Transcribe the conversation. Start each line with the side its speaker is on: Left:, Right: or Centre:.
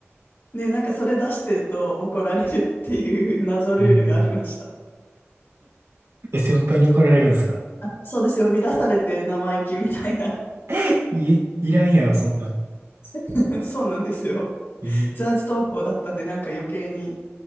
Left: で、なんかそれ出してると怒られるっていう謎ルールがありました。
Right: えええ、先輩に怒られるんですか
Left: あ、そうですよ。呼び出されて生意気みたいな。
Right: <laughs> いえ、いらんやろ、そんなん。
Left: <laughs> そうなんですよ。
Right: ええ
Left: ジャージ登校だったんで、なんか余計に。